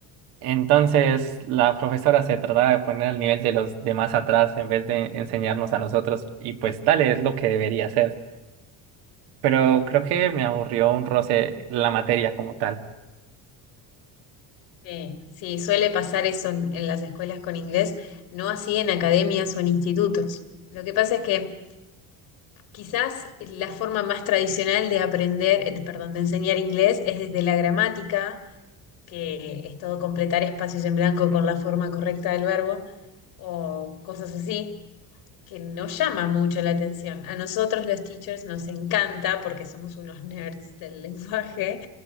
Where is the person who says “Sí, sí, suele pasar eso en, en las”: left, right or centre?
Left